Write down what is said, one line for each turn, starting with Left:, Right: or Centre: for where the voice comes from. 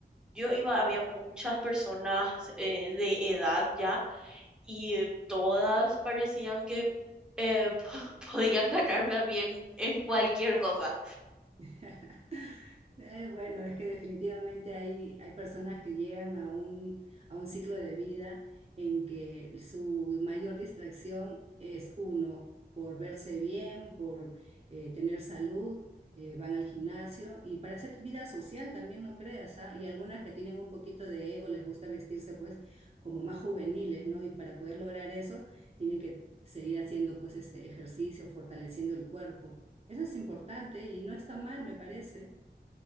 Centre: yo iba había muchas personas eh, de edad ya y eh, todas parecían que eh, <laughs> podían ganarme a mí en, en cualquier cosa.
Right: <laughs> Eh, bueno, es que definitivamente hay, hay personas que llegan a un, a un ciclo de vida en que su mayor distracción es uno, por verse bien, por eh, tener salud, eh, van al gimnasio y para hacer vida social también, no creas, ¿ah? Y algunas que tienen un poquito de ego, les gusta vestirse pues como más juveniles, ¿no? Y para poder lograr eso, tienen que seguir haciendo pues este ejercicio, fortaleciendo el cuerpo. Eso es importante y no está mal, me parece.